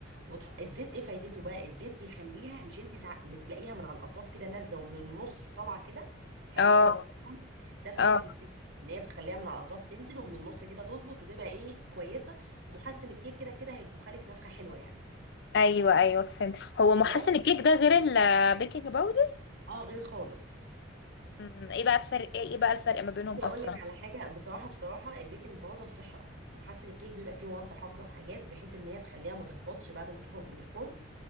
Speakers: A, on the right; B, on the left.
A: وتح... الزيت ايه فايدته بقى الزيت بيخليها مش انت سع... بتلاقيها من على الاطراف كده نازله ومن النص طالعه كده حلوه
B: اه
A: كده محترمه ده فايده
B: اه
A: الزيت ان هي بتخليها من على الاطراف تنزل ومن النص كده تظبط وتبقى ايه كويسه ومحسن الكيك كده كده هينفخها لك نفخه حلوه يعني
B: ايوه ايوه فهمت هو محسن
A: خلاص
B: الكيك ده غير البيكنج باودر
A: اه غير خالص
B: أمم، ايه بقى الفرق ايه إيه بقى الفرق ما بينهم اصلا
A: اقول لك على حاجه بصراحه بصراحه البيكنج باودر صحي اكتر محسن الكيك بيبقى فيه مواد حافظه وحاجات بحيث ان هي تخليها ما تهبطش بعد ما تخرج من الفرن